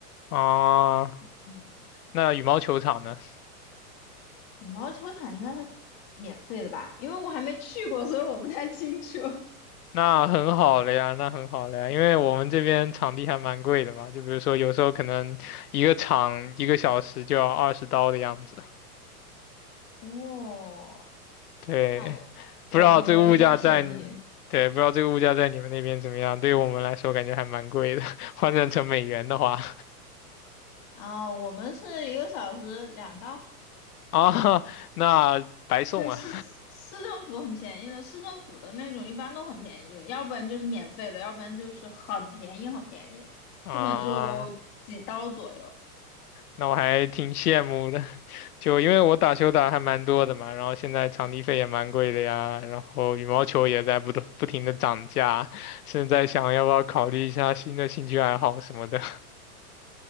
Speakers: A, on the left (about 70°); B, on the left (about 35°).
A: 啊？
B: 嗯，
A: 那羽毛球场呢？
B: 羽毛球场应该是免费的吧？因为我还没去过，所以我不太清楚。<laughs>
A: 那很好了呀，那很好了呀，因为我们这边场地还蛮贵的嘛，就比如说有时候可能一个场一个小时就要二十刀的样子。
B: 哦，
A: 对，
B: 那我我们我们应该便宜
A: 不知道这个物价在你对，不知道这个物价在你们那边怎么样？对于我们来说，感觉还蛮贵的，<laughs> 换算成美元的话，
B: 啊，我们是一个小时两刀。
A: <laughs> 啊，那白送啊，
B: 对，市市政府很便宜的，市政府的那种一般都很便宜，要不然就是免费的，要不然就是很便宜很便宜，
A: <laughs>
B: 基本就几刀左右。
A: 啊，那我还挺羡慕的，就因为我打球打还蛮多的嘛，然后现在场地费也蛮贵的呀，然后羽毛球也在不断不停的涨价，现在想要不要考虑一下新的兴趣爱好什么的，